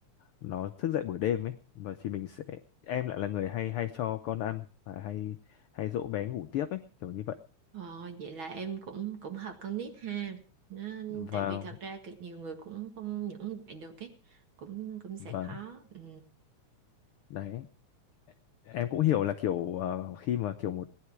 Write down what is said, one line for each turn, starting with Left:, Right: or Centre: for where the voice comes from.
Left: nó thức dậy buổi đêm ấy và thì mình sẽ em lại là người hay hay cho con ăn và hay hay dỗ bé ngủ tiếp ấy kiểu như vậy
Right: Ờ, vậy là em cũng cũng hợp con nít ha. Nó,
Left: và
Right: tại vì thật ra cực nhiều người cũng không những lại được ấy, cũng cũng sẽ
Left: và
Right: khó. Ừ.
Left: đấy em cũng hiểu là kiểu ờ, khi mà kiểu một